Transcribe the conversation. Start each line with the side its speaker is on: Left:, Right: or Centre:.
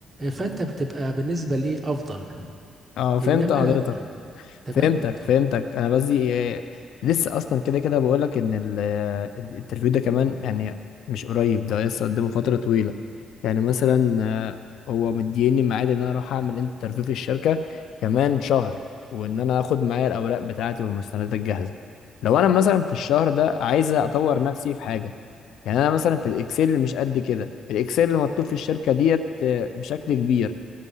Right: فأنت بتبقى بالنسبة لي أفضل
Left: اه فهمت
Right: إنما
Left: حضرتك
Right: لو تمام
Left: فهمتك
Right: اتفضل
Left: فهمتك انا قصدي إيه، لسه اصلا كده كده بقول لك ان ال- الانترفيو ده كمان يعني مش قريب ده لسه قدامه فتره طويله يعني مثلا آه، هو مديني ميعاد ان انا اروح اعمل انترفيو في الشركه كمان شهر وان انا اخد معايا الاوراق بتاعتي والمستندات الجاهزه لو انا مثلا في الشهر ده عايز اطور نفسي في حاجه يعني انا مثلا في الاكسل مش قد كده الاكسل مطلوب في الشركه ديت آه، بشكل كبير